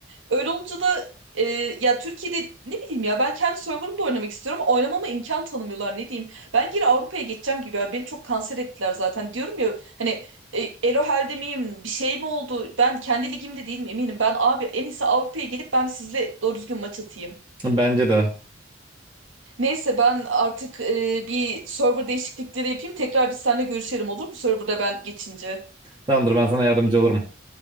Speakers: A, on the right; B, on the right.
A: Öyle olunca da e, ya Türkiye'de ne bileyim ya ben kendi serverımda oynamak istiyorum. ama Oynamama imkan tanımıyorlar ne diyeyim. Ben geri Avrupa'ya geçeceğim gibi ya beni çok kanser ettiler zaten. Diyorum ya hani e, Elohel'de miyim bir şey mi oldu? Ben kendi ligimde değilim eminim. Ben abi en iyisi Avrupa'ya gelip ben sizle doğru düzgün maç atayım.
B: Bence de.
A: Neyse ben artık e, bir server değişiklikleri yapayım. Tekrar biz seninle görüşelim olur mu? Serverda ben geçince.
B: Tamamdır ben sana yardımcı olurum.